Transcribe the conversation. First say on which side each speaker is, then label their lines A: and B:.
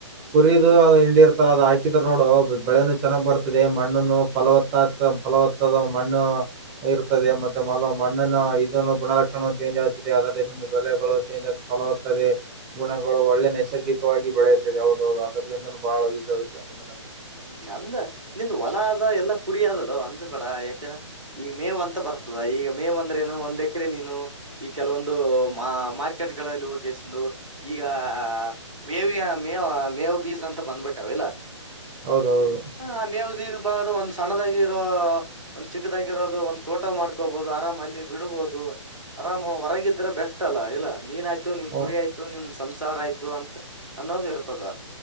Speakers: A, on the right; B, on the right.
A: ಕುರದು ಅದು ಹಿಂಡಿ ಇರ್ತಲ್ಲ ಅದು ಹಾಕಿದ್ರ ನೋಡು ಬೆಳೆ ಚೆನ್ನಾಗ್ ಬರ್ತದೆ ಮಣ್ಣನ್ನು ಫಲವತ್ತ ಫಲವತ್ತದ ಮಣ್ಣು ಇರ್ತದೆ ಮತ್ತೆ ಮಲ ಮಣ್ಣನ ಗುಣಲಕ್ಷಣ ಚೇಂಜ್ ಆಗುತ್ತದೆ ಅದರ ಬೆಳಗಳು ಚೇಂಜ್ ಲುತ್ತದೆ ಗುಣಗಳು ಒಳ್ಳೆ ನೆ ನೈಸರ್ಗಿಕವಾಗಿ ಬೆಳೆಯತದೆ ಯಾವದದು ಅದರ್ಲಿಂದನೂ ಬಹಳ ಯೂಸ್ ಆಗುತ್ತೆ ಅವನಂದ ನನಗೆ
B: ಹ್ಮ್ ಅಂದ ನಿಂದ ಹೊಲ ಆದದ ಎಲ್ಲಾ ಕುರಿದಲ್ಲ ಅನ್ಸ ಬೇ ಯಾಕಂದ್ರ ಈಗ ಮೇವ್ ಅಂತ ಬರ್ತದ ಈ ಈಗ ಮೇ ಒಂದ್ರೇನು ಒಂದ್ ಎಕರೆ ನೀನು ಈ ಕೆಲವೊಂದು ಮಾರ್ಕೆಟ್ಗಳಲ್ಲಿ ಹೋಗಸಂದು ಈಗ ಮೇವಿಯ ಮೇವ ಮೇವ ಬೀಜ ಅಂತ ಬಂದ್ಬಿಟ್ಟಾವ ಇಲ್ಲ
A: ಹೌದೌದು
B: ಹ ಆಮೆಾವ್ದಿ ಬಾರ ಒಂದ್ ಸಣ್ಣದಾಗಿರೋ ಒಂದ್ ಚಿಕ್ಕದಾಗಿರೋದು ಒಂದ್ ತೋಟ ಮಾಡ್ಕೋಬಹದು ಆರಾಮಲ್ಲಿ ಬಿಡ್ಬಹದು ಆರಾಮ ಹೊರಗಿದ್ರೆ ಬೆಸ್ಟ್ ಅಲ್ಲ ಇಲ್ಲಾ ನೀನ್ ಆಯ್ತ ್ ನಿನ್
A: ಹ
B: ಕುರಿ ಆಯ್ತು ನಿನ್ ಸಂಸಾರ ಆಯ್ತು ಅಂತ ಅನ್ನೋದು ಇರ್ತದ